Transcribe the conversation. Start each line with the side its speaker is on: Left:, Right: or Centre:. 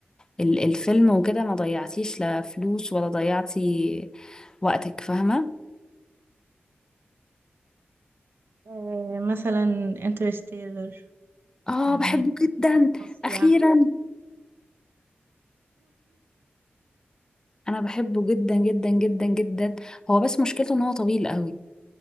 Left: ال... الفيلم وكده ما ضيعتيش لا فلوس ولا ضيعتي وقتك فاهمة
Right: آه، مثلا انترستيلر
Left: اه
Right: كان
Left: بحبه جدا
Right: فظيع
Left: اخيرا انا بحبه جدا جدا جدا جدا هو بس مشكلته ان هو طويل قوي